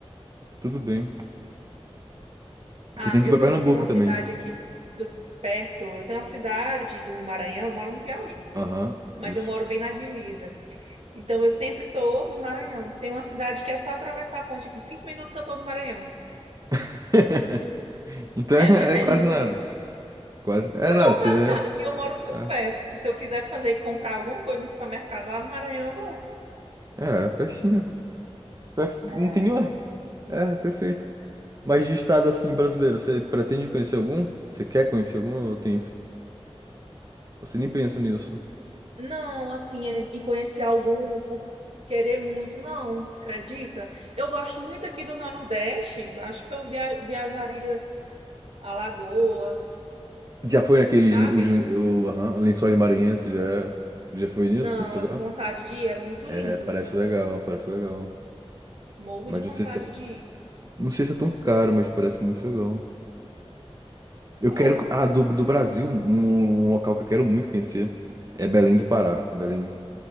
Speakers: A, on the right; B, on the right.
A: tudo bem.
B: Ah,
A: Você tem que
B: eu
A: ir pra Pernambuco
B: tenho, tenho uma cidade
A: também.
B: aqui do perto. Eu tenho uma cidade do Maranhão, eu moro no Piauí,
A: Aham,
B: mas
A: isso.
B: eu moro bem na divisa. Então eu sempre tô no Maranhão. Tem uma cidade que é só atravessar a ponte aqui. Cinco minutos eu tô no Maranhão.
A: <laughs> Então
B: É
A: <laughs> é,
B: <laughs>
A: é quase nada. Quase. É
B: Não,
A: nada.
B: quase
A: você-
B: nada. E eu moro muito
A: É,
B: perto. Tipo, Se eu quiser fazer, comprar alguma coisa no supermercado lá no Maranhão, eu vou.
A: é, é pertinho. Per-
B: É.
A: Não tem nenhuma. É, é perfeito. Mas de estado assim brasileiro, você pretende conhecer algum? Você quer conhecer algum ou tem isso? Você nem pensa nisso.
B: Não, assim, é- e conhecer algum por querer muito, não, acredita? Eu gosto muito aqui do Nordeste. Acho que eu via- viajaria a Lagoas,
A: Já foi naqueles
B: sabe?
A: lin- os, lin- o, aham, Lençóis Maranhenses, já, já foi nisso,
B: Não,
A: nesse lugar?
B: eu tenho vontade de ir. É muito
A: É,
B: lindo.
A: parece legal, parece legal.
B: Morro
A: Mas
B: de vontade
A: não sei se é,
B: de ir.
A: não sei se é tão caro, mas parece muito legal. Eu
B: É.
A: quero. Ah, do, do Brasil, um, um local que eu quero muito conhecer é Belém do Pará. Belém.